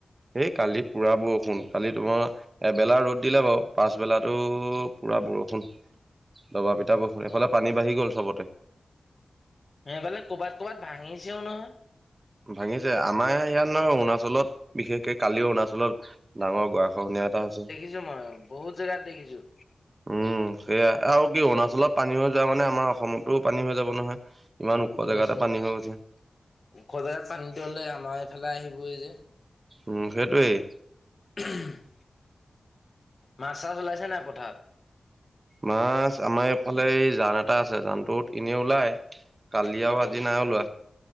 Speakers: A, on the right; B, on the left.
A: এই কালি পুৰা বৰষুণ। কালি তোমাৰ, এবেলা ৰ'দ দিলে বাৰু। পাচবেলাটো পুৰা বৰষুণ। দবা পিটা বৰষুণ। এইফালে
B: অ
A: পানী বাঢ়ি গ'ল চবতে।
B: সেইফালে ক'বাত -ক'বাত ভাঙিছেও নহয়।
A: ভাঙিছে। আমাৰ ইয়াত নহয়। অৰুণাচলত। বিশেষকে কালি অৰুণাচলত ডাঙৰ গৰাখহনীয়া এটা হৈছে।
B: দেখিছোঁ মই। বহুত জেগাত দেখিছোঁ।
A: উম। সেয়া। আৰু কি অৰুণাচলত পানী হৈ যোৱা মানে, আমাৰ অসমতো পানী হৈ যাব নহয়। ইমান ওখ
B: গম
A: জেগাতে
B: পাইছোঁ। গম
A: পানী
B: পাইছোঁ।
A: হৈ গৈছে
B: ওখ জেগাত পানীটো হ'লে আমাৰ এইফালে আহিবই যে।
A: উম সেইটোৱেই।
B: উম <unintelligible> মাছ -চাছ ওলাইছে নাই পথাৰত?
A: মাছ! আমাৰ এইফালে এই জান এটা আছে। জানটোত এনে ওলায়। কালি
B: ন
A: আৰু আজি নাই ওলোৱা।